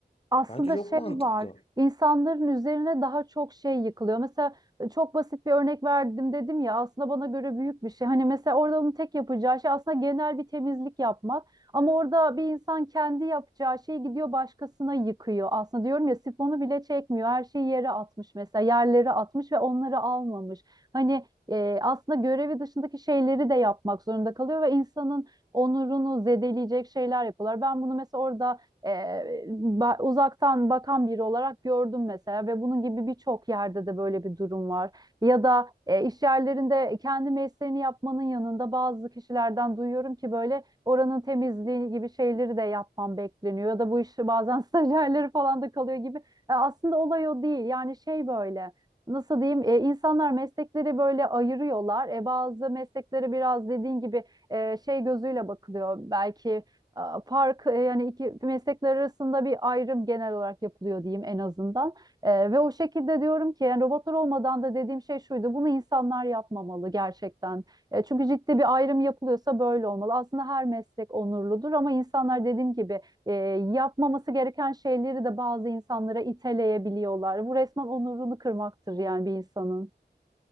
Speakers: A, on the right; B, on the left.
A: Aslında
B: Bence çok
A: şey
B: mantıklı.
A: var, insanların üzerine daha çok şey yıkılıyor. Mesela e, çok basit bir örnek verdim dedim ya, aslında bana göre büyük bir şey. Hani mesela orada onun tek yapacağı şey aslında genel bir temizlik yapmak. Ama orada bir insan kendi yapacağı şeyi gidiyor başkasına yıkıyor. Aslında diyorum ya sifonu bile çekmiyor, her şeyi yere atmış mesela, yerlere atmış ve onları almamış. Hani e, aslında görevi dışındaki şeyleri de yapmak zorunda kalıyor ve insanın onurunu zedeleyecek şeyler yapıyorlar. Ben bunu mesela orada e, ba- uzaktan bakan biri olarak gördüm mesela ve bunun gibi birçok yerde de böyle bir durum var. Ya da e, iş yerlerinde kendi mesleğini yapmanın yanında bazı kişilerden duyuyorum ki böyle oranın temizliği gibi şeyleri de yapmam bekleniyor ya da bu işi bazen <laughs> stajyerleri falan da kalıyor gibi. E, aslında olay o değil. Yani şey böyle Nasıl diyeyim? E, insanlar meslekleri böyle ayırıyorlar. E, bazı mesleklere biraz dediğin gibi e, şey gözüyle bakılıyor. Belki a, fark e, yani iki meslekler arasında bir ayrım genel olarak yapılıyor diyeyim en azından. E, ve o şekilde diyorum ki yani robotlar olmadan da dediğim şey şuydu. Bunu insanlar yapmamalı gerçekten. E, çünkü ciddi bir ayrım yapılıyorsa böyle olmalı. Aslında her meslek onurludur ama insanlar dediğim gibi e, yapmaması gereken şeyleri de bazı insanlara iteleyebiliyorlar. Bu resmen onurunu kırmaktır yani bir insanın.